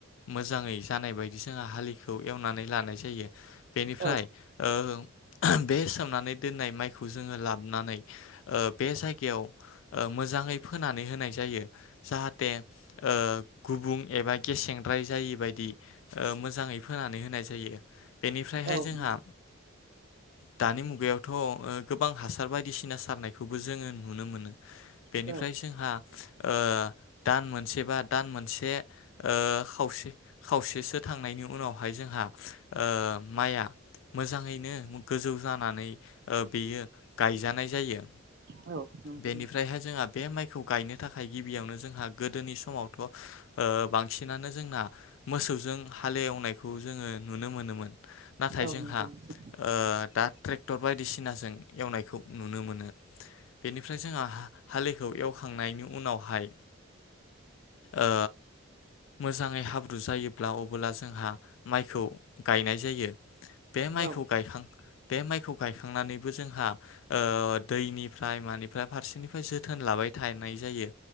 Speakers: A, on the left (about 75°); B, on the right (about 50°).
A: मोजाङै जानाय बायदि जोंहा हालिखौ एवनानै लानाय जायो। बेनिफ्राय
B: औ
A: ओ बे सोमनानै दोननाय माइखौ जोङो लाबोनानै ओ बे जायगायाव ओ मोजाङै फोनानै होनाय जायो जाहाथे थे ओ गुबुं एबा गेसेंद्राय जायि बायदि मोजाङै फोनानै होनाय जायो बेनिफ्रायहाय
B: औ
A: जोंहा
B: नंगौ
A: दानि मुगायावथ' ओ गोबां हासार बायदिसिना सारनायखौबो जोङो नुनो मोनो बेनिफ्राय
B: औ
A: जोंहा ओ दान मोनसे बा दान मोनसे ओ खावसे खावसेसो थांनायनि उनावहाय जोंहा ओ माइआ मोजाङैनो गोजौ जानानै ओ बेयो गायजानाय जायो
B: औ नंगौ
A: बेनिफ्रायहाय
B: नोंथां
A: जोंहा बे माइखौ गायनो थाखाय गिबियावनो जोंहा गोदोनि समावथ' ओ बांसिनानो जोंना मोसौजों हालेवनायखौ जोङो नुनो मोनोमोन नाथाय
B: औ
A: जोंहा
B: नंगौ नोंथां
A: ओ दा ट्रेक्टर बायदिसिनाजों एवनायखौ नुनो मोनो बेनिफ्राय जोंहा हालिखौ एवखांनायनि उनाव हाय ओ मोजाङै हाब्रु जायोब्ला अबोला जोंहा माइखौ गायनाय जायो बे माइखौ
B: औ
A: गायखां बे माइखौ गायखांनानैबो जोंहा ओ दैनिफ्राय मानिफ्राय फारसेनिफ्राय जोथोन लाबाय थानाय जायो